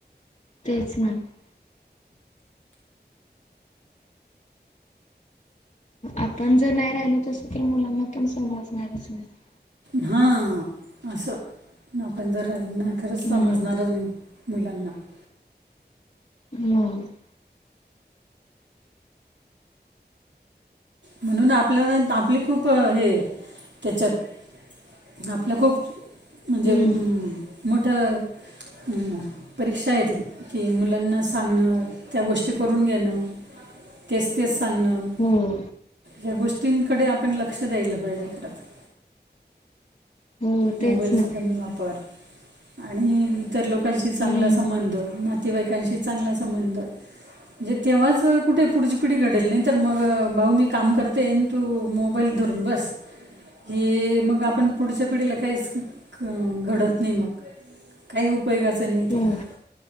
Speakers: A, on the left; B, on the right.
A: तेच मॅग <unintelligible> आपण जर नाही राहिलो तस तर मुलांना पण समजणारच नाही <unintelligible>
B: हा असं आपण जर खरंच
A: हम्म
B: समजणारच नाही <unintelligible> मुलांना <unintelligible>
A: हं <unintelligible>
B: म्हणून आपल्या आपली खूप हे त्याच्यात <unintelligible> आपलं खूप म्हणजे
A: हम्म
B: अ मोठं अं <unintelligible> परीक्षा येततील की मुलांना सांगणं त्या गोष्टी करून घेणं <unintelligible> तेच तेच सांगणं <unintelligible>
A: हम्म <unintelligible>
B: या गोष्टींकडे आपण लक्ष द्यायलं पाहिजे खरंच <unintelligible>
A: हो
B: मोबाईलचा
A: तेच ना.
B: पण वापर आणि <unintelligible> इतर लोकांशी चांगला
A: हम्म
B: संबंध नातेीवाईकांशी चांगला संबंध <unintelligible> म्हणजे तेव्हाच कुठे पुढची पिढी घडेल नाही तर मग भाऊ मी काम करतेन <unintelligible> तू मोबाईल धरून बस हे मग आपण पुढच्या <unintelligible> <unintelligible> ककडीला काहीच घडत नाही मग काही उपयोगाचं नाही
A: हो
B: ते <unintelligible>